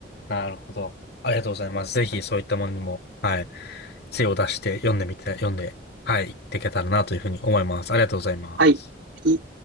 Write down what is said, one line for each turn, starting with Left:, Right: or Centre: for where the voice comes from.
Left: なるほど。ありがとうございます。ぜひそういったものにも、はい。精を出して読んでみて、読んで、はい、いっていけたらなというふうに思います。ありがとうございます。
Right: はい。い